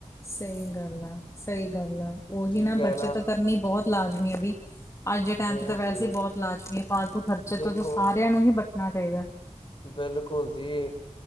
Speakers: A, on the left; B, on the left.
A: ਸਈ ਗੱਲ ਆ, ਸਈ ਗੱਲ ਆ, ਓਹੀ
B: ਠੀਕ
A: ਨਾ
B: ਹੈ
A: ਬਚਤ ਤਾਂ ਕਰਨੀ ਬਹੋਤ ਲਾਜ਼ਮੀ ਆ ਬਈ। ਅੱਜ ਦੇ ਟੈਮ
B: ਬਹੁਤ
A: ਚ ਤੇ ਵੈਸੇ
B: ਜੀ
A: ਈ ਬਹੁਤ ਲਾਜਮੀ ਐ ਫਾਲਤ ਤੂ ਖਰਚੇ
B: ਦੇਖੋ
A: ਤੋਂ ਤੇ ਸਾਰਿਆਂ ਨੂੰ ਹੀ ਬਚਨਾ ਚਾਹੀਦੈ।
B: ਬਿਲਕੁਲ ਜੀ।